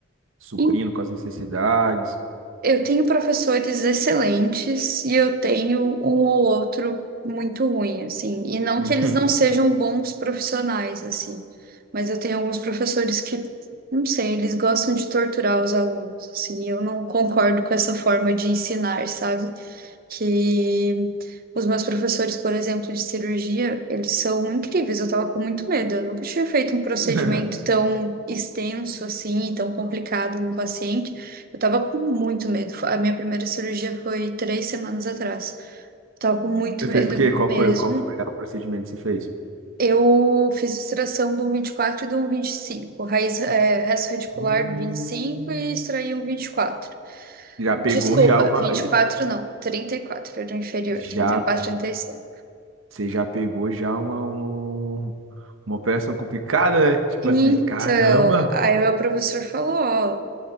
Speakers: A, on the right (about 80°); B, on the right (about 45°).
A: suprindo
B: e
A: com as necessidades?
B: Eu tenho professores excelentes e eu tenho um ou outro muito ruim, assim. E não
A: Uhum.
B: que eles não sejam bons profissionais, assim. Mas eu tenho alguns professores que, não sei, eles gostam de torturar os alunos, assim. E eu não concordo com essa forma de ensinar, sabe? que os meus professores, por exemplo, de cirurgia, eles são incríveis. Eu tava com muito medo. Eu nunca tinha feito um procedimento
A: <laughs>
B: tão extenso assim e tão complicado no paciente. Eu tava com muito medo. A minha primeira cirurgia foi três semanas atrás. Eu tava com muito
A: Você
B: medo
A: fez o quê? Qual
B: mesmo.
A: foi, qual foi o procedimento que você fez?
B: Eu fiz extração do vinte e quatro e do 25. raiz, é, resto radicular
A: Hum.
B: do vinte e cinco e extraí o 24.
A: Já pegou
B: Desculpa,
A: já uma,
B: 24 não, 34. era o inferior,
A: já
B: trinta trinta e quatro, trinta e 36.
A: Você já pegou já uma, uma, uma operação complicada, né? Tipo
B: Então,
A: assim, caramba.
B: aí o meu professor falou, ó,